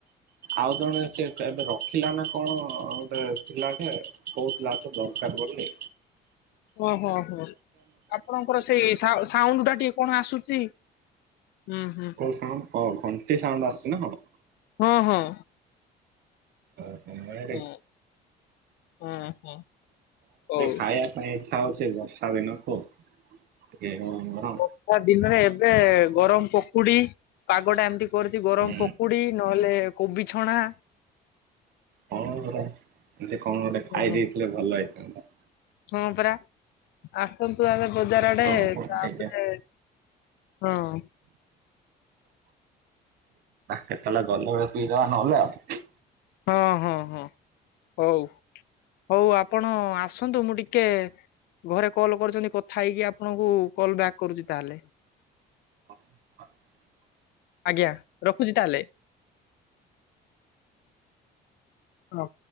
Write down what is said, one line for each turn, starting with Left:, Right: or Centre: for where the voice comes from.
Right: ଆଉ ଜଣେ ସେ ଏବେ ରଖିଲା ନା କଣ ଗୋଟେ ପିଲା ଟେ। କହୁଥିଲା ତ ଦରକାର ବୋଲିି।
Left: ଓ ହୋ ହୋ ଆପଣଙ୍କର ସେଇ ସାଉଣ୍ଡ ଟା ଟିକେ କଣ ଆସୁଛି। ହୁଁ ହୁଁ।
Right: କୋଉ ସାଉଣ୍ଡ ହଁ ଘଣ୍ଟି ସାଉଣ୍ଡ ଆସୁଛି ନା କଣ।
Left: ହଁ ହଁ।
Right: ଏ। କଣ ଗୋଟେ
Left: ହଁ ହଁ ହଁ ହଉ
Right: ଖାଇବା ପାଇଁ ଆଜି। ଇଛା ହଉଛି ବର୍ଷା ଦିନକୁ ଟିକେ। ଗରମ ଗରମ
Left: ବର୍ଷା ଦିନରେ ଏବେ ଗରମ ପକୁଡି ପାଗଟା ଏମିତି। କରଚି ଗରମ
Right: ହୁଁ
Left: ପକୁଡି ନହେଲେ କୋବି ଛଣା।
Right: କଣ ଗରମ ଟିକେ କଣ ଗୋଟେ ଖାଇ
Left: ହଁ
Right: ଦେଇ ଥିଲେ ଭଲ ହେଇଥାନ୍ତା।
Left: ହଁ ପରା ଆସନ୍ତୁ ଆଗ। ବଜାର ଆଡେ
Right: ହଉ ହଉ
Left: ତାପରେ
Right: ଟିକେ
Left: ହଁ।
Right: କେତେଳେ ଗଲେ ବସିକି ପିଇଦବା ନହେଲେ ଆଉ।
Left: ହଁ ହଁ ହଁ ହଉ। ହଉ ଆପଣ ଆସନ୍ତୁ ମୁଁ ଟିକେ ଘରେ କଲ୍ କରିଛନ୍ତି କଥା ହେଇକି ଆପଣଙ୍କୁ କଲ ବ୍ୟାକ୍ କରୁଛି ତାହେଲେ।
Right: <inaudible>
Left: ଆଜ୍ଞା ରଖୁଛି ତାହଲେ। ହଲୋ।